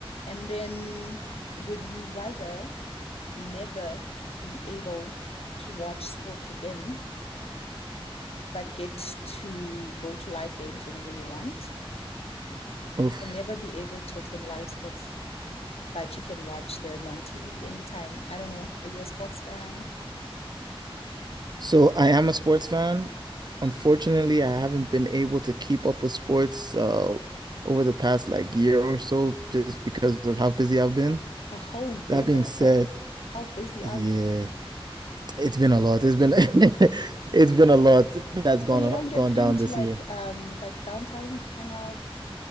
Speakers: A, on the left; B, on the right.
A: And then, would you rather never be able to watch sports again, but get to go to live games whenever you want,
B: Oof.
A: or never be able to attend live sports, but you can watch them on TV anytime? I don't know. Are you a sports fan?
B: So I am a sports fan. Unfortunately, I haven't been able to keep up with sports uh over the past like year or so just because of how busy I've been.
A: A whole year?
B: That being said,
A: Like, how busy
B: yeah,
A: are you?
B: it's been a lot. It's been <laughs> it's been a lot that's gone
A: So you
B: o-
A: don't get
B: gone
A: time
B: down
A: to
B: this
A: like
B: year.
A: um like downtime, hang out,